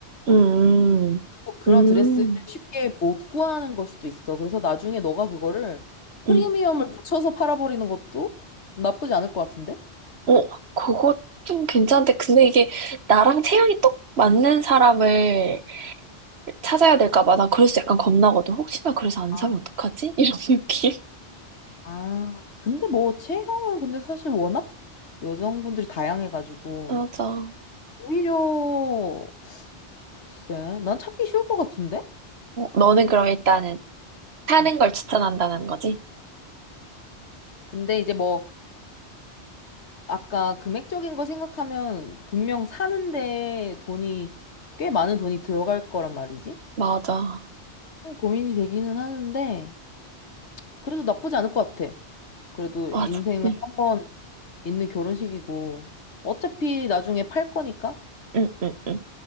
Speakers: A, on the right; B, on the left.
A: 음,
B: 또 그런
A: 음,
B: 드레스를 쉽게 못 구하는 걸 수도 있어. 그래서 나중에 너가 그거를 프리미엄을
A: 음.
B: 붙여서 팔아버리는 것도 나쁘지 않을 것 같은데?
A: 어, 그거 좀 괜찮은데. 근데 이게 나랑 체형이 똑 맞는 사람을 찾아야 될까 봐. 나 그래서 약간 겁나거든. 혹시나 그래서 안
B: 아,
A: 사면 어떡하지? 이런 <laughs> 느낌.
B: 아. 근데 뭐 체형은 근데 사실 워낙 여성분들이 다양해가지고
A: 맞아. 어,
B: 오히려 글쎄, 난 찾기 쉬울 것 같은데?
A: 너는 그럼 일단은 사는
B: 음.
A: 걸 추천한다는 거지?
B: 근데 이제 뭐, 아까 금액적인 거 생각하면 분명 사는데 돈이, 꽤 많은 돈이 들어갈 거란 말이지?
A: 맞아.
B: 좀 고민이 되기는 하는데, 그래도 나쁘지 않을 것 같아. 그래도
A: 맞아.
B: 인생에
A: 응,
B: 한 번 있는 결혼식이고, 어차피 나중에 팔 거니까?
A: 응, 응, 응.